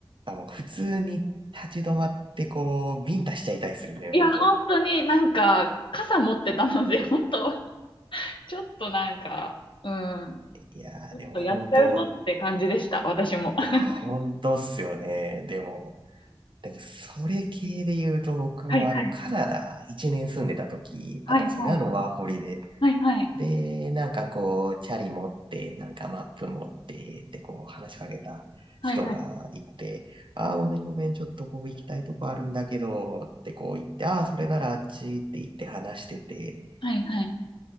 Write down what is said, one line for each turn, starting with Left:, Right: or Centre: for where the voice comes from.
Right: あの、普通に立ち止まってこう、ビンタしちゃいたいっすよね、
Left: いや、
Right: ほんと。
Left: 本当になんか、傘持ってたので、<laughs> 本当ちょっとなんか、うん、
Right: いやー、
Left: ちょっとやっちゃうぞって感じでした、
Right: でもほんと、
Left: 私も。<laughs>
Right: いや、ほんとっすよね。でも、でも、それ系で言うと、僕もあの、
Left: はいはい。
Right: カナダ1年住んでた時あったんですよね、
Left: はい、はい。
Right: あの、ワーホリで。
Left: はい、はい。
Right: で、なんかこう、チャリ持って、なんかマップ持って、ってこう、話しかけた人がいて、
Left: はい、はい。
Right: ああ、ごめんごめん、ちょっとこう、行きたいとこあるんだけど、ってこう言って、ああ、それならあっちって言って話してて、
Left: はい、はい。